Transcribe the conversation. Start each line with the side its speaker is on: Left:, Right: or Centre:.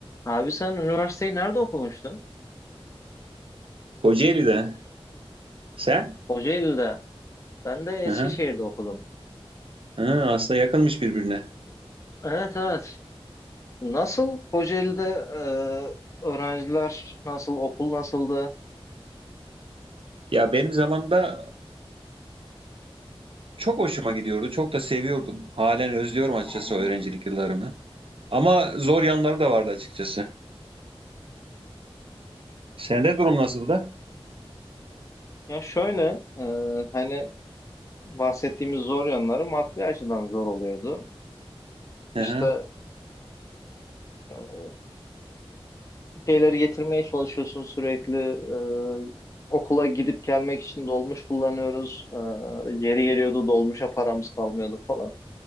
Left: Abi sen üniversiteyi nerede okumuştun?
Right: Kocaeli'de. Sen?
Left: Kocaeli'de. Ben de
Right: Hı
Left: Eskişehir'de
Right: hı.
Left: okudum.
Right: Hı, aslında yakınmış birbirine.
Left: Evet evet. Nasıl Kocaeli'de e, öğrenciler nasıl, okul nasıldı?
Right: Ya benim zamanımda çok hoşuma gidiyordu. Çok da seviyordum. Halen özlüyorum açıkçası
Left: Hı hı.
Right: o öğrencilik yıllarımı. Ama zor yanları da vardı açıkçası. Sende durum nasıldı?
Left: Ya şöyle, e, hani bahsettiğimiz zor yanları maddi açıdan zor oluyordu. İşte
Right: Hı hı.
Left: e, bir şeyleri getirmeye çalışıyorsun sürekli. e, okula gidip gelmek için dolmuş kullanıyoruz. E, yeri geliyordu dolmuşa paramız kalmıyordu falan.